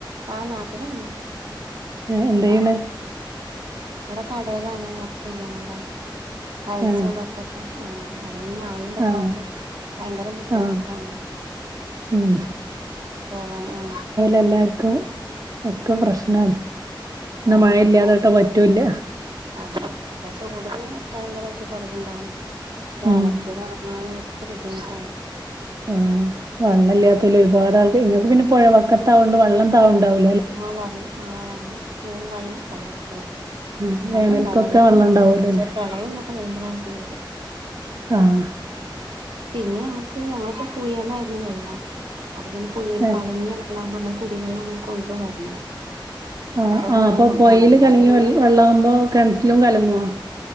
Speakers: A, on the right; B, on the right.
A: ആ നാട്ടിലാണ്.
B: ഏഹ് എന്താ ചെയ്യണെ?
A: ആ ഇവടെ കടെലാണ് വർക്ക് യ്യാണ് വടെ. ടൈൽസ്
B: ഏഹ്
A: ഇതൊക്കെല്ലെ, ആ അപ്പൊ ഈ മഴ ഒക്കെ
B: ആഹ്
A: ഉണ്ടാവുമ്പോ. ഭയങ്കര ബുദ്ധിമുട്ടാണ്
B: ആഹ് ഉം
A: പോവാന്. ആ
B: എല്ലാവർക്കും ഒക്കെ പ്രശ്നാണ്. എന്നാ
A: ആ
B: മഴ
A: അതെല്ലാ
B: ഇല്ലാ തൊട്ട് പറ്റൂല്ല
A: അതെ. ഇപ്പം ചൂട് ഭയങ്കരായിട്ട് കുറവുണ്ടാവും.
B: ഉം
A: അലക്കിയത് ഉണങ്ങാനും, അതൊക്കെ ബുദ്ധിമുട്ടാണ്.
B: ആഹ് വെള്ളമില്ലാത്തോല് ഒരുപാട് ആളുകൾ, ഇങ്ങൾക്ക് പിന്നെ പുഴ വക്കത്തായോണ്ട്, വെള്ളം താഴ് ണ്ടാവുല്.
A: ആ വെള്ളം ആ വെള്ളം വെള്ളംഉണ്ടാവും എപ്പോഴും.
B: ഉം
A: വെള്ളം
B: വേനൽക്കൊക്കെ
A: ഉണ്ടാവും, വെള്ളത്തിനൊന്നും
B: വെള്ളം ഉണ്ടാവൂലല്ലേ
A: ബുദ്ധിമുട്ടില്ല. പക്ഷേ പ്രളയം ഒക്കെ വരുമ്പോഴാണ് പേടി.
B: ആഹ്.
A: പിന്നെ ഞങ്ങക്ക്. ഞങ്ങക്കി പുഴന്നായിരുന്നു വെള്ളം. അത് പിന്നെ പുഴ ല്കലങ്ങിയ
B: ഏഹ്
A: അതാവുമ്പനമ്മള് കുടിവെള്ളം നമ്മൾ കൊണ്ടുവരണം
B: ആ
A: അപ്പം
B: ആ്
A: ബുദ്ധിമുട്ടാണല്ലോ
B: അപ്പൊ പുഴയിൽ കലങ്ങിയ
A: അപ്പൊ പിന്നെ
B: വെള്ളാകുമ്പോൾ കിണറ്റിലും കലങ്ങോ